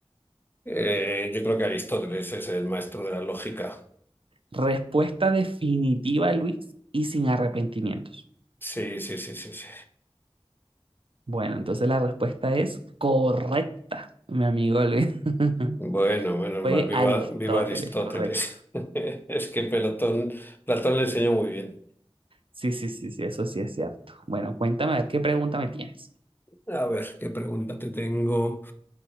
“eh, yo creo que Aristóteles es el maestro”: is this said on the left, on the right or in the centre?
Left